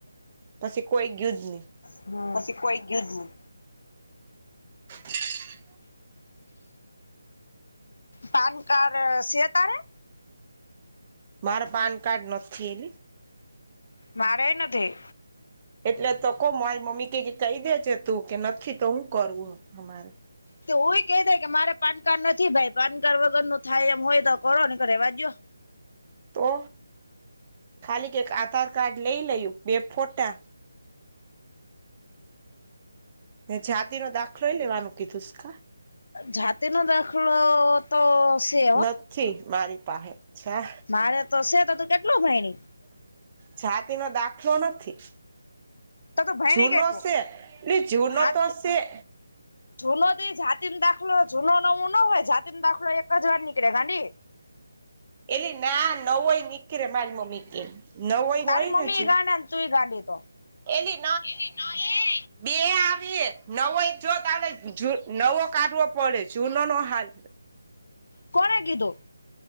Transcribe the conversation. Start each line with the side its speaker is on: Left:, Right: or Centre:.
Right: પછી કોઈ ગયું જ નહી.
Left: હ પછી કોઈ ગયુ જ નથી.
Right: <inaudible>
Left: ધન કાર સે તારે?
Right: માર પાન કાર્ડ નથે એ.
Left: મારે નથી.
Right: એટલે તો કહ મારી મમ્મી ક કહી દેજ તું કે નથી તો હું કરવું અમારે.
Left: તોવુંય ક દાય કે મારે પાન કાર્ડ નથી ભાઈ પાન કાર્ડ વગર નું થાય એમ હોય તો કરો ને ઘ રવાજ્યો.
Right: તો, ખાલી ક આધાર કાર્ડ લઈ લું બે ફોટા. ને જાતિ નો દાખલોય લેવાનું કીધુંસકા?
Left: જાતેનો દાખલો તો શે
Right: નથી મારી પાસે જા
Left: મારે તો શે તો, તું કેટલું ભાઈ?
Right: જાતી નો દાખલો નથી.
Left: તો તું ભયણી
Right: જૂનો
Left: કેટલું
Right: છેે જૂનો
Left: હા
Right: તો છેે.
Left: જૂનો દઈ જાતીને દાખલો જૂનો નમો ન હોય જાતીને દાખલો એક જ વાર નીકળે ગાંડી.
Right: એલી ના નવોય નીકળે મારી મમ્મી કે નવોય
Left: તારી
Right: હોય
Left: મમ્મી
Right: ને જુ
Left: એ ગાંડા. તું ગાડી તો.
Right: એલી
Left: ન એટ <unintelligible>
Right: બે આવી નવો જો ત નવો કાઢવો પડે જૂનો નો હાલ.
Left: કોણ કીધુ?